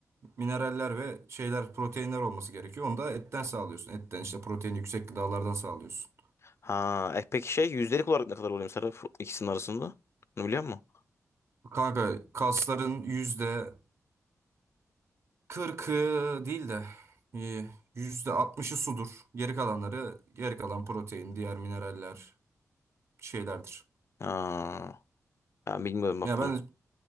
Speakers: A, on the right (about 50°); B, on the left (about 50°).
A: mineraller ve şeyler proteinler olması gerekiyor. Onu da etten sağlıyorsun. Etten işte protein yüksek gıdalardan sağlıyorsun.
B: Ha, e peki şey yüzdelik olarak ne kadar oluyor mesela fu- ikisinin arasında? Bunu biliyor musun?
A: Kanka kasların yüzde kırkı değil de e, yüzde altmışı sudur. Geri kalanları geri kalan protein, diğer mineraller şeylerdir.
B: Ha, ben bilmiyorum bak
A: Ya
B: bunu.
A: ben